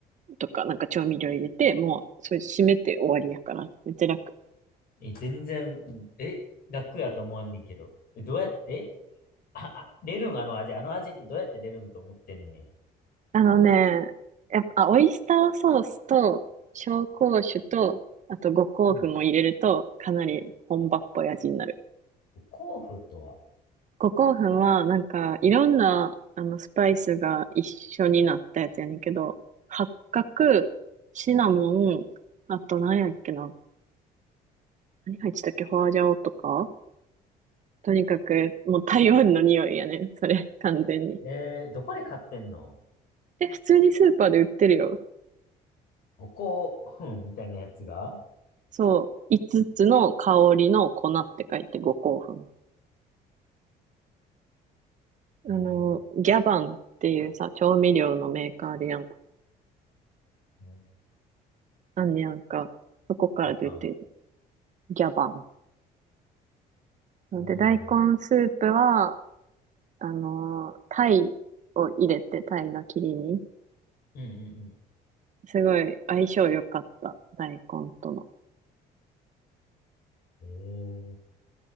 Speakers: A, on the right (about 45°); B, on the left (about 60°).
A: とか、なんか調味料入れて、もう、それ締めて終わりやから。めっちゃ楽。
B: え、全然、え、楽やと思わんねんけど。え、どうやってあ、あレルンあの味、あの味ってどうやってレルンと思ってんね
A: あのね、やっぱ、あオイスターソースと、紹興酒と、あと五香粉を入れると、
B: ん。うん。
A: かなり本場っぽい味になる。
B: 五香粉とは、
A: 五香粉は、なんか、いろんな、あの、スパイスが一緒になったやつやねんけど、八角、シナモン、あと何やっけな。何入ってたっけホアジャオとかとにかく、もう台湾の匂いやねん。それ、完全に。
B: えー、どこで買ってんの
A: で、普通にスーパーで売ってるよ。
B: 五香粉みたいなやつが
A: そう。5つつの香りの粉って書いて五香粉。あの、
B: えー、
A: ギャバンっていうさ、調味料のメーカーあるやん。
B: うん
A: あんねやんか。そこから出てる。
B: やっぱ、
A: ギャバン。そうで、
B: そうなん
A: 大根スープは、あのー、タイを入れて、タイの切り身。
B: うんうん
A: すごい相性良かった、大根との。
B: うん。えー、